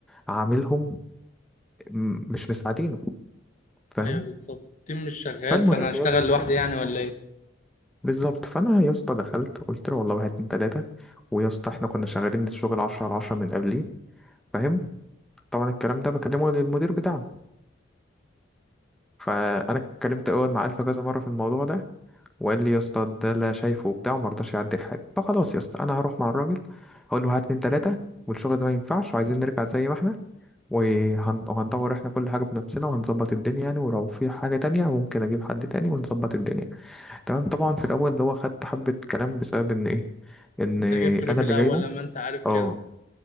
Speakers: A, in the centre; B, on the left (about 40°).
A: عاملهم م- مش مساعدينه فاهم
B: ايوه بالظبط التيم مش شغال
A: فالمهم
B: فانا هشتغل
A: يا اسطى
B: لوحدي
A: آه،
B: يعني ولا ايه
A: بالظبط فانا يا اسطى دخلت قلت له والله واحد اتنين تلاته ويا اسطى احنا كنا شغالين الشغل 10 على 10 من قبليه فاهم طبعا الكلام ده بكلمه للمدير بتاعنا فانا اتكلمت اول مع الفا كذا مره في الموضوع ده وقال لي يا اسطى ده اللي أنا شايفه وبتاع وما رضاش يعدل حاجه فخلاص يا اسطى انا هروح مع الراجل هقول له هات اتنين تلاته والشغل ده ما ينفعش وعايزين نرجع زي ما احنا وهن- وهندور احنا كل حاجه بنفسنا وهنظبط الدنيا يعني ولو في حاجه تانية ممكن اجيب حد تاني ونظبط الدنيا تمام طبعا في الاول اللي هو خدت حبه كلام بسبب ان ايه ان
B: انت جبته ليه
A: انا
B: من
A: اللي
B: الاول
A: جايبه
B: لما انت عارف كده
A: اه